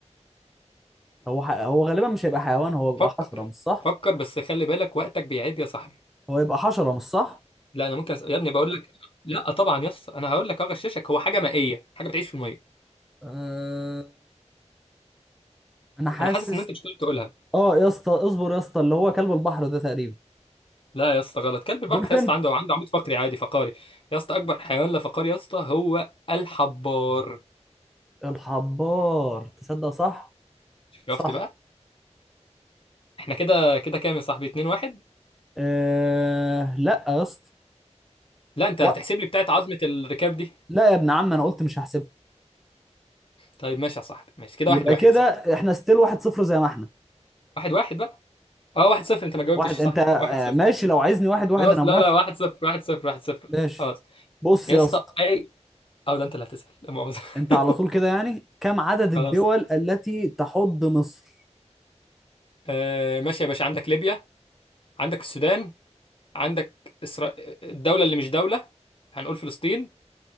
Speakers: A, in the centre; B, on the left.
A: هو ح... هو غالبا مش هيبقى حيوان هو يبقى
B: فكر
A: حشرة مش صح
B: فكر بس خلي بالك وقتك بيعد يا صاحبي
A: هو يبقى حشرة مش صح
B: لا انا ممكن أسأل. يا ابني بقول لك لا طبعا يا اسطى انا هقول لك اغششك هو حاجه مائيه حاجه بتعيش في الميه
A: أه... انا حاسس
B: انا حاسس ان انت مش هتقدر تقولها
A: اه يا اسطى اصبر يا اسطى اللي هو كلب البحر ده تقريبا
B: لا يا اسطى غلط كلب البحر
A: دولفين
B: يا اسطى عنده عنده عمود فقري عادي فقاري يا اسطى اكبر حيوان لا فقاري يا اسطى هو الحبار
A: الحبار تصدق صح
B: شفت
A: صح
B: بقى احنا كده كده كام يا صاحبي 2 1
A: آه... لا يا اسطى
B: لا انت
A: و...
B: هتحسب لي بتاعت عظمة الركاب دي
A: لا يا ابن عم انا قلت مش هحسبها
B: طيب ماشي يا صاحبي ماشي كده
A: يبقى
B: واحد واحد
A: كده
B: يا صاحبي
A: احنا ستيل واحد صفر زي ما احنا
B: واحد واحد بقى اه واحد صفر انت ما جاوبتش
A: واحد
B: صح
A: انت آه
B: واحد صفر
A: ماشي لو عايزني واحد واحد
B: خلاص
A: انا موافق
B: لا لا واحد صفر واحد صفر واحد صفر
A: ماشي
B: خلاص
A: بص
B: يا
A: يا
B: اسطى
A: اسطى
B: اي اه ده انت اللي هتسأل لا مؤاخذة
A: انت
B: <laughs>
A: على طول كده يعني كم عدد الدول
B: خلاص
A: التي تحض مصر
B: آه ماشي يا باشا عندك ليبيا عندك السودان عندك إسرا... الدولة اللي مش دولة هنقول فلسطين